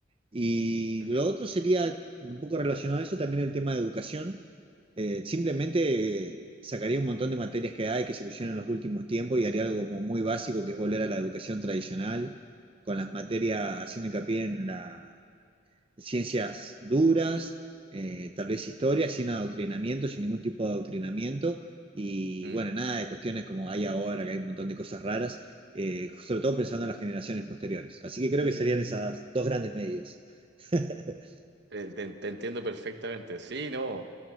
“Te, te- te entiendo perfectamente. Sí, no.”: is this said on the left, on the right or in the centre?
Right